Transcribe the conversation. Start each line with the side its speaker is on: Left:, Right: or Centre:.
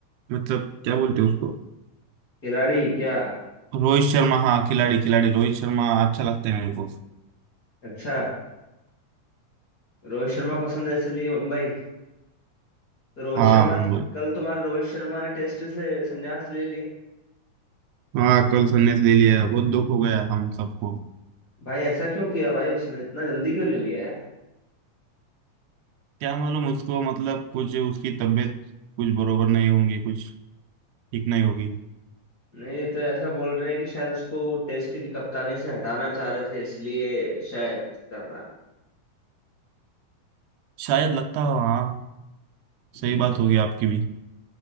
Right: मतलब क्या बोलते हैं उसको
Left: खिलाड़ी क्या
Right: रोहित शर्मा हाँ खिलाड़ी खिलाड़ी रोहित शर्मा अच्छा लगता है मेरे को
Left: अच्छा रोहित शर्मा पसंद है इसलिए मुंबई तो रोहित
Right: हाँ
Left: शर्मा
Right: मुंबई
Left: तो कल तुम्हारे रोहित शर्मा ने टेस्ट से संन्यास ले लिया
Right: हाँ कल संन्यास ले लिया बहुत दुख हो गया हम सबको
Left: भाई ऐसा क्यों किया भाई उसने इतना जल्दी क्यों ले लिया यार
Right: क्या मालूम उसको मतलब कुछ उसकी तबीयत कुछ बरोबर नहीं होंगी कुछ ठीक नहीं होगी
Left: नहीं ये तो ऐसा बोल रहे हैं कि शायद उसको टेस्ट की कप्तानी से हटाना चाह रहे थे इसलिए शायद कर रहा है
Right: शायद लगता हो हाँ
Left: हम्म,
Right: सही बात होगी आपकी भी